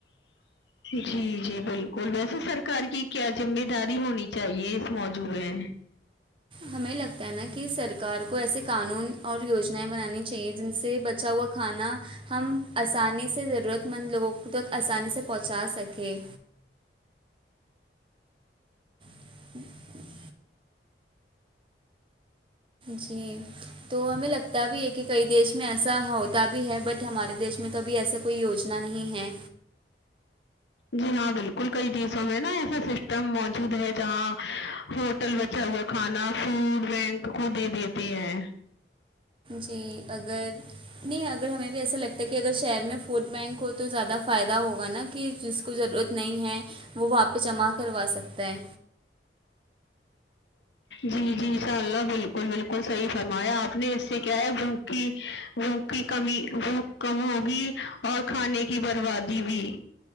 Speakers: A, on the left (about 85°); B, on the right (about 30°).
A: جی جی بالکل ویسے سرکار کی کیا ذمہ داری ہونی چاہیے اس موضوع میں
B: ہمیں لگتا ہے نا کہ سرکار کو ایسے قانون اور یوجنائیں بنانی چاہیے جن سے ب بچا ہوا کھانا ہم آسانی سے ضرورت مند لوگوں تک آسانی سے پہنچا سکیں <inaudible> جی تو ہمیں لگتا بھی ہے کہ کئی دیش میں ایسا ہوتا بھی ہے بٹ ہمارے دیش میں کبھی ایسا کوئی یوجنا نہیں ہے
A: جی ہاں بالکل کئی دیسوں میں نا ایسا سسٹم موجود ہے جہاں ہوٹل بچا ہوا کھانا فوڈ وین کو دے دیتی ہیں
B: جی اگر نہیں اگر ہمیں بھی ایسا لگتا ہے کہ اگر شہر میں فوڈ بینک ہو تو زیادہ فائدہ ہوگا نا کہ ج کو ضرورت نہیں ہے وہاں پہ جمع کروا سکتا ہے
A: جی جی ان شاء اللہ بالکل بالکل صحیح فرمایا آپ نے اس سے کیا ہے بک بھوک کی کمی بھوک کم ہوگی اور کھانے کی بربادی بھی